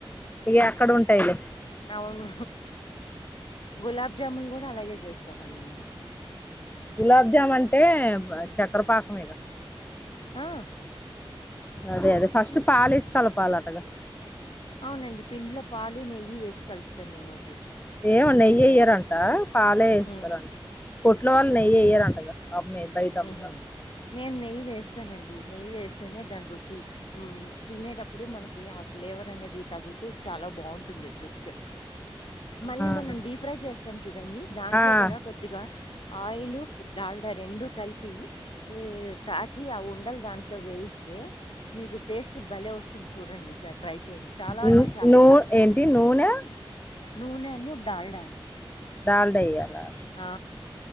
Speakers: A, on the left; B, on the left.
A: ఇగ ఎక్కడ ఉంటయి లే
B: అవును గులాబ్ జాములు కూడ అలాగే చేస్తామండి మేము
A: గులాబ్జామ్ అంటే చెక్కర పాకమేగా
B: ఆ
A: అదే అదే ఫస్ట్ పాలేసి కలపాలటగా
B: అవునండి పిండ్లో పాలు నెయ్యి వేసి కలుపుతను నేనవుతే
A: ఏమో నెయ్యి ఎయ్యారంట పాలే ఏస్తరంట
B: హ్మ్
A: కొట్ల వాళ్ళు నెయ్యి ఎయ్యరంటగా అమ్మే బయట అమ్మే
B: ఊహు
A: వాళ్ళు
B: నేను నెయ్యి వేస్తనండి నెయ్యి వేస్తేనే దాని రుచి ఊమ్ తినేటప్పుడు మనకి ఆ ఫ్లేవర్ అనేది తగుల్తూ చాలా బాగుంటుంది రుచికి మళ్ళీ
A: ఆ
B: మనం డీప్ ఫ్రై చేస్తాం చూడండి దాంట్లో
A: ఆ
B: కూడ కొద్దిగా ఆయిలు డాల్డా రెండు కలిపి ఈ కాచి ఆ ఉండలు దాంట్లో వేయిస్తే మీకు టేస్ట్ భలే వస్తుంది చూడండి ఈ సారి ట్రై చేయండి చాలా
A: ను-
B: అంటే చాలా
A: నూ-
B: బాగుంటుంది
A: ఏంటి నూనె
B: నూనె ఉన్ను డాల్డా అండి
A: డాల్డా ఎయ్యాలా
B: ఆ